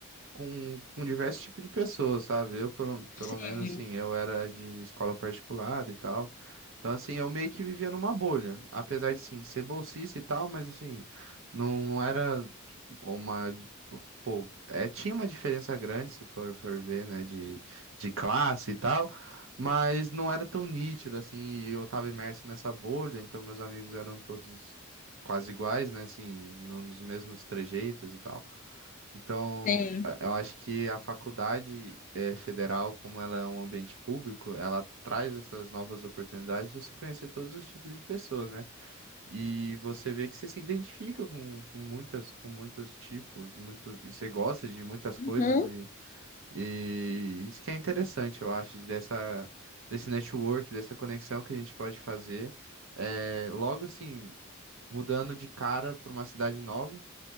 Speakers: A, on the right; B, on the left.
A: com, com diversos tipos de pessoas, sabe? Eu, pelo, pelo
B: sim,
A: menos, assim, eu era de escola particular e tal. Então, assim, eu meio que vivia numa bolha. Apesar de, assim, ser bolsista e tal, mas, assim, não, não era tipo, uma... de- Pô, pô, é, tinha uma diferença grande, se for, for ver, né, de, de classe e tal, mas não era tão nítido, assim, e eu tava imerso nessa bolha, então meus amigos eram todos quase iguais, né, assim, nos mesmos trejeitos e tal. Então,
B: sim.
A: eu acho que a faculdade eh, federal, como ela é um ambiente público, ela traz essas novas oportunidades de você conhecer todos os tipos de pessoas, né? E você vê que você se identifica com, com muitas, com muitos tipos, muitos, e você gosta de muitas coisas,
B: Uhum.
A: e, e isso que é interessante, eu acho, dessa, desse network, dessa conexão que a gente pode fazer. eh, logo assim, mudando de cara para uma cidade nova.